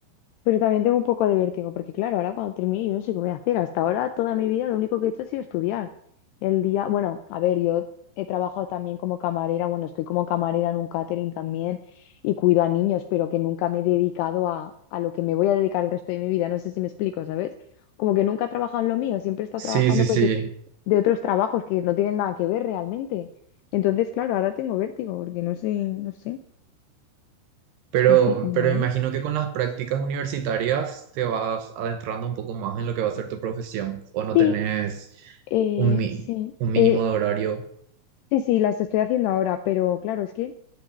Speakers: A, on the left; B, on the right.
A: pero también tengo un poco de vértigo, porque claro, ahora cuando termine yo no sé qué voy a hacer. Hasta ahora toda mi vida lo único que he hecho ha sido estudiar. El día, bueno, a ver, yo he trabajado también como camarera, bueno, estoy como camarera en un catering también y cuido a niños, pero que nunca me he dedicado a, a lo que me voy a dedicar el resto de mi vida. No sé si me explico, ¿sabes? Como que nunca he trabajado en lo mío, siempre he estado
B: Sí,
A: trabajando
B: sí, sí.
A: pues, de, de otros trabajos que no tienen nada que ver realmente. Entonces, claro, ahora tengo vértigo, porque no sé, no sé,
B: Pero,
A: no sé cómo
B: pero
A: va
B: imagino
A: a ir.
B: que con las prácticas universitarias te vas adentrando un poco más en lo que va a ser tu profesión, o no
A: Sí,
B: tenés
A: eh,
B: un, mi-
A: sí.
B: un mínimo
A: Eh,
B: de horario.
A: Sí, sí, las estoy haciendo ahora, pero claro, es que